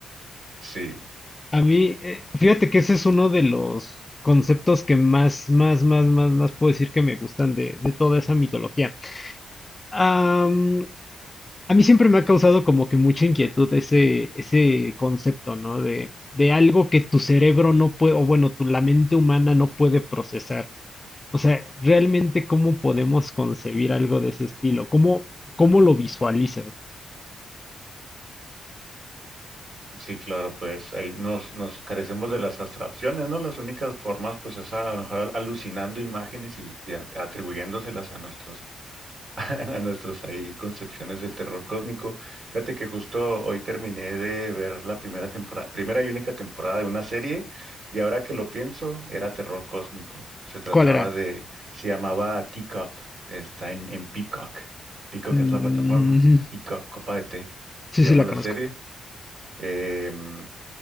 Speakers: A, on the right; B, on the left.
A: Sí,
B: A mí, eh, fíjate que ese es uno de los conceptos que más, más, más, más, más puedo decir que me gustan de, de toda esa mitología. Am, a mí siempre me ha causado como que mucha inquietud ese, ese concepto, ¿no? De, de algo que tu cerebro no puede, o bueno, tu, la mente humana no puede procesar. O sea, realmente, ¿cómo podemos concebir algo de ese estilo? ¿Cómo, cómo lo visualizas?
A: sí, claro, pues ahí nos, nos carecemos de las abstracciones, ¿no? Las únicas formas, pues es a lo mejor al- alucinando imágenes y, y a- atribuyéndoselas a nuestros <laughs> a nuestros ahí concepciones del terror cósmico. Fíjate que justo hoy terminé de ver la primera temporada, primera y única temporada de una serie, y ahora que lo pienso, era terror cósmico. Se trataba
B: ¿Cuál era?
A: de, se llamaba Teacup, está en, en Peacock. Peacock
B: Mm,
A: es la plataforma,
B: <laughs>
A: Teacup, copa de té, se
B: sí,
A: llama
B: sí, la
A: la
B: conozco.
A: serie. Em,